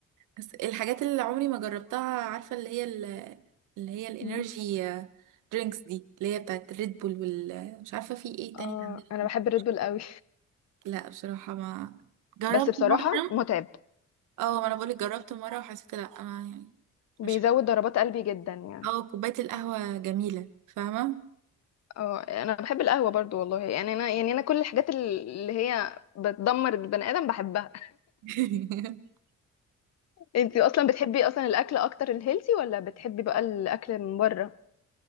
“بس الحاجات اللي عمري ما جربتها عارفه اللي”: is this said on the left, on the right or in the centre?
Right